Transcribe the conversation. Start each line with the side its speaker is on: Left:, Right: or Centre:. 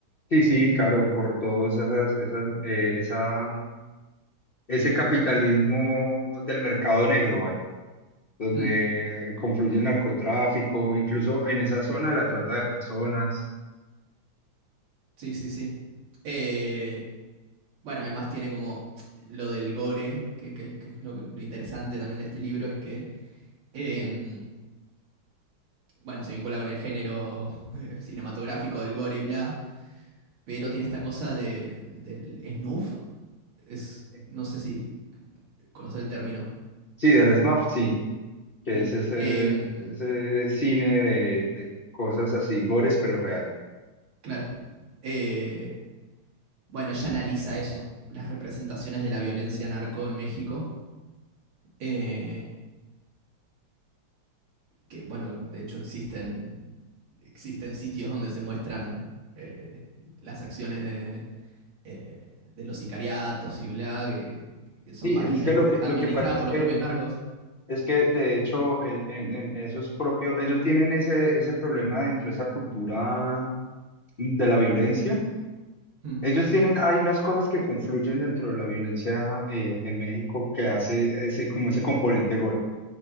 Left: Sí, sí, claro, por todos esas, esas, eh, esa, ese capitalismo del mercado negro, vaya, donde
Right: Mm,
Left: confluye el narcotráfico, incluso en esa zona la trata de personas.
Right: sí, sí, sí. Eh, Bueno, además tiene como lo del gore, que, que- que es lo, que- lo interesante también de este libro, es que, em, bueno, se vincula con el género <laughs> cinematográfico del gore y bla, pero tiene esta cosa de, del snuff, es,
Left: Sí,
Right: no sé si conocer el término,
Left: Sí, del snuff, sí, que
Right: ¿sí?
Left: es ese,
Right: Em,
Left: ese cine de, de cosas así, gores, pero real.
Right: claro. Eh, bueno, ella analiza eso, las representaciones de la violencia narco en México. eh, que bueno, de hecho existen, existen sitios donde se muestran eh, las acciones de, eh, de los sicariatos y bla, que, que- que son
Left: Sí,
Right: páginas
Left: es que lo que,
Right: administradas
Left: lo que pasa es
Right: por
Left: que
Right: los propios narcos.
Left: Es que de hecho en, en- en esos propios, ellos tienen ese, ese problema dentro de esa cultura de la violencia.
Right: Mm,
Left: Ellos tienen, hay unas cosas que confluyen dentro de la violencia eh, en México que hace ese, como ese componente gore.